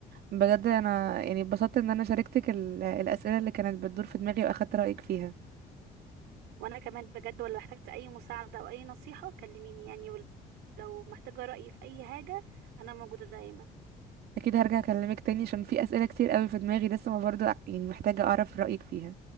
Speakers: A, on the right (about 70°); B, on the right (about 90°).
A: بجد انا يعني اتبسطت ان انا شاركتك ال- الاسئلة اللي كانت بتدور في دماغي واخدت رأيك فيها
B: وانا كمان بجد ولو احتجت اي مساعدة او اي نصيحة كلميني يعني ولو محتاجة رأيي في اي حاجة انا موجودة دايما
A: اكيد هرجع اكلمك تاني عشان في اسئلة كتير قوي في دماغي لسه ما برضو ع- يعني محتاجة اعرف رأيك فيها